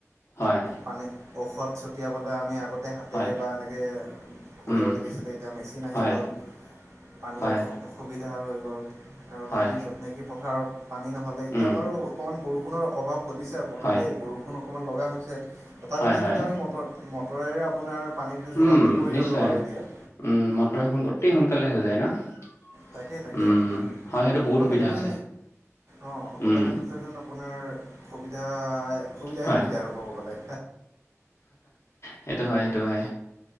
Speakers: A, on the left; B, on the right.
A: হয়
B: পানী, ঔষধ চ চটিয়াবলে আমি আগতে হাতেৰে
A: হয়
B: বা এনেকে কৰিব
A: উম
B: লাগিছিলে এতিয়া মেচিন আহি
A: হয়
B: গ'ল। পানীৰ
A: হয়
B: অসু-সুবিধা হৈ গ'ল, আগতে
A: হয়
B: আমি য'ত নেকি পথাৰত পানী নহ'লে, এতিয়া
A: উম
B: বাৰু অকণমান বৰষুণৰ অভাৱ ঘটিছে অকণমান
A: হয়
B: দেই, বৰষুণ অকমান লগা হৈছে। তথাপিতো
A: হয় হয়
B: কিন্তু আমি মটৰ, মটৰেৰে আপোনাৰ পানীটোৰ
A: উম
B: যোগানটো কৰি
A: নিশ্চয়
B: ল'লোঁ বাৰু এতিয়া।
A: উম, মটৰে সোন অতি সোনকালে হৈ যায় ন'?
B: তাকে তাকে
A: উম
B: আপোনাৰ,
A: হয় সেইটো
B: সকলো
A: বহুত সুবিধা
B: ক্ষেত্ৰতে
A: হৈছে
B: অ' সকলো
A: উম,
B: ক্ষেত্ৰতে যেন আপোনাৰ, সুবিধাই, সুবিধাই
A: হয়।
B: সুবিধা আৰু ক'ব গ'লে।
A: সেইটো হয়, সেইটো হয়।